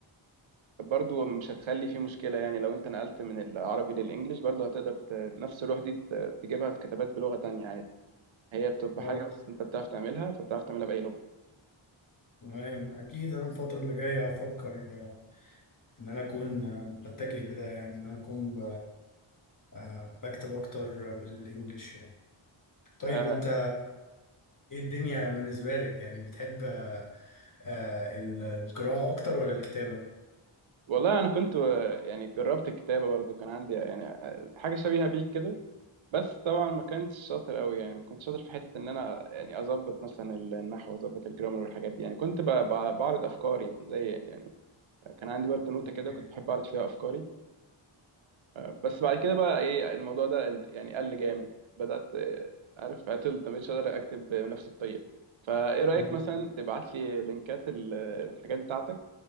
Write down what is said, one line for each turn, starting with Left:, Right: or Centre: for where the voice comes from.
Right: فبرضه مش هتخلي فيه مشكله يعني لو انت نقلت من العربي للانجليش برضه هتقدر ت... نفس الروح دي ت... تجيبها في كتابات بلغه تانية عادي هي بتبقى
Left: اه
Right: حاجه بس انت بتعرف تعملها فبتعرف تعملها باي لغه
Left: تمام اكيد انا الفتره اللي جايه هفكر آه، ان انا اكون آه، بتجه لده يعني ان انا اكون ب- آه، بكتب اكتر آه، بالانجلش يعني طيب
Right: آه
Left: انت ايه الدنيا بالنسبة لك يعني بتحب آه، آه، ال- القراءة اكتر ولا الكتابة؟
Right: والله انا كنت آه، يعني جربت الكتابه برضو كان عندي يعني آه، حاجه شبيهه بيك كده بس طبعا ما كنتش شاطر قوي يعني ما كنتش شاطر في حته ان انا يعني اظبط مثلا النحو واظبط الجرامر والحاجات دي يعني كنت ب- ب- بعرض افكاري زي يعني كان عندي برضو نوتة
Left: اوكي
Right: كده كنت بحب اعرض فيها افكاري بس بعد كده بقى ايه الموضوع ده انت- يعني قل جامد بدأت آه، عارف عطلت ما بقتش قادر اكتب بنفس الطريقة فايه رأيك
Left: مم.
Right: مثلا تبعت لي لينكات ال- الحاجات بتاعتك